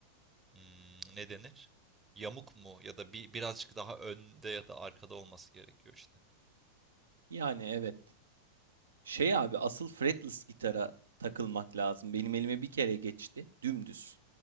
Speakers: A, on the right; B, on the right.
A: Hmm, ne denir? Yamuk mu? Ya da bir birazcık daha önde ya da arkada olması gerekiyor işte.
B: Yani evet. Şey abi asıl fretless gitara takılmak lazım. Benim elime bir kere geçti. Dümdüz.